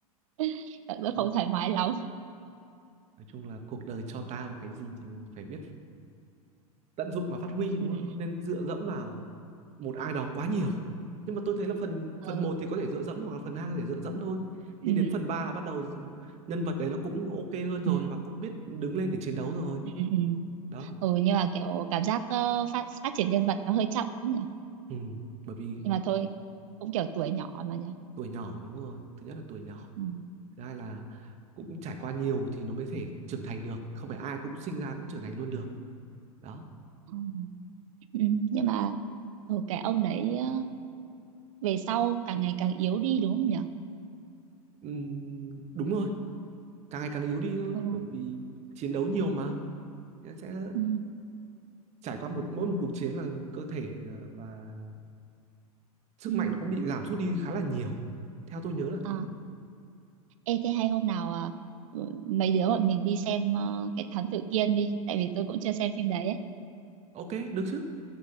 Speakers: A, on the right; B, on the right.
A: <laughs> cảm
B: không
A: giác không thoải mái lắm
B: nói chung là cuộc đời cho ta một cái gì thì mình phải biết tận dụng và phát huy đúng
A: Ừ.
B: không không nên dựa dẫm vào một ai đó quá nhiều nhưng mà tôi thấy là phần
A: ờ
B: phần một thì có thể dựa dẫm hoặc là phần hai có thể dựa dẫm thôi
A: ừ.
B: nhưng đến phần ba là bắt đầu nhân vật đấy nó cũng ok hơn rồi
A: Ừ.
B: và cũng biết đứng lên để chiến đấu rồi
A: ừ, ừ. ừ
B: đó
A: Ừ, nhưng mà kiểu cảm giác ờ, phát phát triển nhân vật nó hơi chậm ấy nhỉ
B: ừ. bởi vì
A: nhưng mà thôi cũng kiểu tuổi nhỏ mà nhỉ
B: tuổi nhỏ đúng rồi thứ nhất là tuổi nhỏ
A: ừ.
B: thứ hai là cũng trải qua nhiều thì nó mới thể trưởng thành được không phải ai cũng sinh ra cũng trưởng thành luôn được đó
A: Ừ. Ừ, nhưng mà ừ, cái ông đấy ờ, về sau càng ngày càng yếu đi đúng không nhỉ
B: Ừm, đúng rồi càng ngày càng yếu đi thôi
A: ừ.
B: bởi vì chiến đấu nhiều mà sẽ
A: Ừ.
B: trải qua một mỗi một cuộc chiến là cơ thể ờ, và sức
A: Ừ.
B: mạnh nó cũng bị giảm sút đi khá là nhiều theo tôi nhớ là thế
A: À, ê thế hay hôm nào à, ừ, mấy đứa bọn mình đi xem ờ, cái thám tử Kiên đi tại vì tôi cũng chưa xem phim đấy ấy.
B: ok được chứ